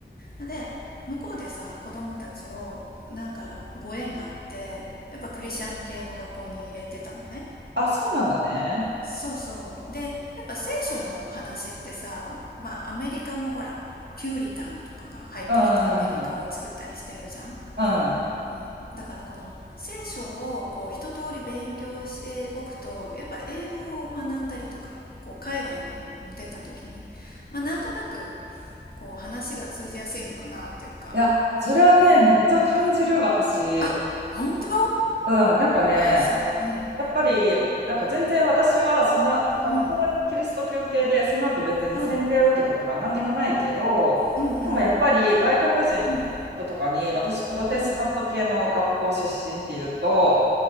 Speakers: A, on the left (about 55°); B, on the right (about 65°).
A: で向こうでさ子供たちをなんかご縁があってやっぱクリスチャン系の学校に入れてたのね
B: あ、そうなんだね。
A: そうそうでやっぱ聖書のお話ってさまあアメリカもほらピューリタンとかが入ってきてアメリカを作ったりしてるじゃん
B: うん、うん、うん。
A: うん、だからこの聖書をこう一通り勉強しておくとやっぱ英語を学んだりとかこう海外にも出た時に、まあ、なんとなくこう話が通じやすいのかなっていうか
B: いや、それはね、めっちゃ感じる、私。
A: 「あ本当
B: うん、なんかね、
A: あそううん
B: やっぱり、なんか全然私は、その、学校はキリスト教系で、
A: うん
B: その後別に洗礼を受けたとか何にもないけど、
A: うんうんうん
B: でもやっぱり外国人の人とかに、
A: うん
B: 私、プロテスタント系の学校出身っていうと、
A: うんうん